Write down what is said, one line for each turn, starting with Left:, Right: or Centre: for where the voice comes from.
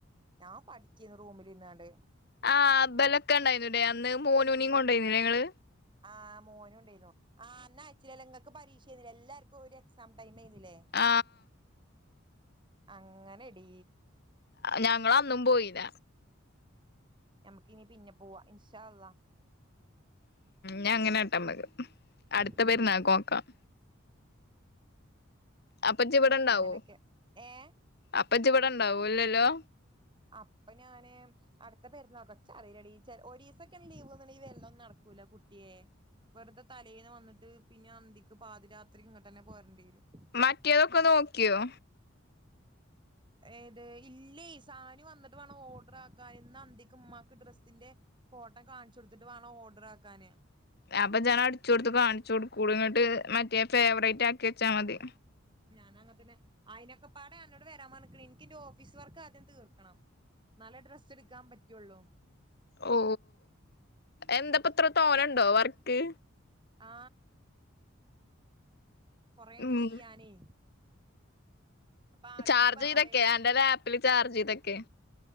Right: ഞാൻ പഠിക്കന്ന് റൂമിൽ ഇന്നാണ്ട്
Left: ആ ബലൊക്കെ ഉണ്ടായിരുന്നുല്ലേ അന്ന് മോനുനി കോണ്ടായിനിലെ ഇങ്ങള്
Right: ആ മോനും ഉണ്ടായിന്നു ആ അയച്ചിലെങ്ങക്ക് പരീക്ഷ ചെയ്യുന്ന എല്ലാർക്കും ഒരു എക്സാം ടൈം ആയിരുന്നില്ലേ
Left: ആ
Right: അങ്ങനെടീ
Left: ഞങ്ങള അന്നും പോയില്ല
Right: ഞമ്മക്ക്ഇനി പിന്നെ പോവാ ഇൻഷാഅള്ള
Left: ഞ അങ്ങനൊട്ടമ്മക്ക് അടുത്ത
Right: ഉം
Left: പേരുന്നക്ക്ഒക്കാം അപ്പച്ചിവിടണ്ടാവോ
Right: അങ്ങനൊക്കെ ഏ
Left: അപ്പച്ചിവിട ഉണ്ടാവൂല്ലല്ലോ
Right: അപ്പൊ ഞാന് അടുത്ത പെര്ന്നക്ക ച്ചറീലടി ഒരീസൊക്കെ ലീവ്ന്ന ഈ വെര്ലൊന്നും നടക്കൂല കുട്ടിയെ വെറുതെ തലേൽന്ന് വന്നിട്ട് പിന്നെ അന്തിക്ക് പാതിരാത്രിക്ക് ഇങ്ങോട്ട് തന്നെ പോരേണ്ടി വരും
Left: മറ്റിയതൊക്കെ നോക്കിയോ
Right: ഏത് ഇല്ലേ സാനി വന്നിട്ട് വേണം ഓഡർ ആക്കാൻ ഇന്ന് അന്തക്ക ഉമ്മാക്ക് ഡ്രസ്സിന്റെ ഫോട്ടോ കാണിച്ചു കൊടുത്തിട്ട് വേണം ഓർഡർ ആക്കാന്
Left: അപ്പൊ ഞാൻ അടിച്ചു കൊടുത്ത് കാണിച്ചു കൊടുക്കൂ ഇങ്ങോട്ട് മറ്റേ ഫേവറേറ്റ് ആക്കി ച്ചാ മതി
Right: അങ്ങന തന്നെ അയിനൊക്കെ പാടെ എന്നോട് വരാൻ ഇൻക്ക്ന്റെ ഓഫീസ് വർക്ക് ആദ്യം തീർക്കണം ന്നലെ ഡ്രസ്സ് എടുക്കാൻ പറ്റുള്ളു
Left: ഓ എന്താപ്പത്ര തോലണ്ട ണ്ടോ വർക്ക്
Right: ആ കൊറേണ്ട്
Left: ഉം
Right: ചെയ്യാനേ അപ്പൊ ആദ്യം
Left: ചാർജ്
Right: ഇജ്ജ് വാവേ
Left: ചെയ്തൊക്കെയ അന്റെ ല ചാർജ്തൊക്കെ